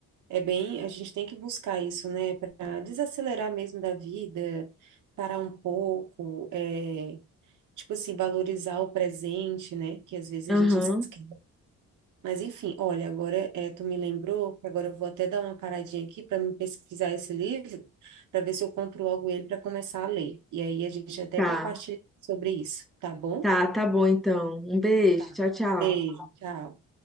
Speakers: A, on the right; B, in the centre.
A: é bem, a gente tem que buscar isso, né, para desacelerar mesmo da vida, parar um pouco, é, tipo assim, valorizar o presente, né? Que às vezes a gente
B: Aham,
A: esquece. Mas enfim, olha, agora é, tu me lembrou, que agora eu vou até dar uma paradinha aqui para me pesquisar esse livro, para ver se eu compro logo ele para começar a ler. E aí a gente até
B: tá.
A: compartilha sobre isso, tá bom?
B: Tá, tá bom então. Um beijo.
A: Tá.
B: Tchau, tchau.
A: Beijo, tchau.